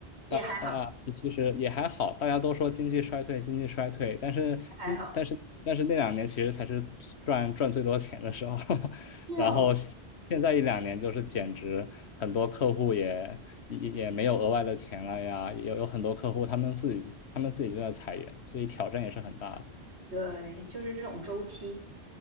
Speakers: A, on the right (about 80°); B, on the left (about 80°).
A: 也还好，
B: 大大家其实也还好，大家都说经济衰退，经济衰退，但是嗯，
A: 还好。
B: 但是但是那两年其实才是赚赚最多钱的时候，<laughs>
A: 是哦，
B: 然后现在一两年就是简直很多客户也也也没有额外的钱了呀，有有很多客户他们自己他们自己就在裁员，所以挑战也是很大的。
A: 对，就是这种周期。